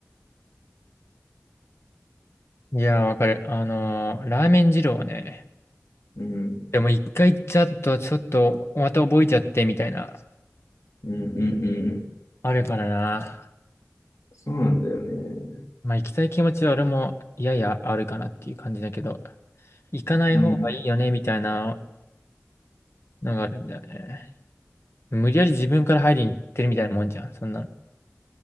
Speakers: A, on the left; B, on the left.
A: いや、わかる。あのーラーメン二郎はね、
B: うん。
A: でも一回行っちゃうと、ちょっと、また覚えちゃってみたいな、
B: うんうんうん。
A: あるからな。
B: そうなんだよね。
A: まあ行きたい気持ちは俺もややあるかなっていう感じだけど、行かない方がいいよね、
B: うん。
A: みたいなのがあるんだよね。無理やり自分から入りに行ってるみたいなもんじゃん、そんなの。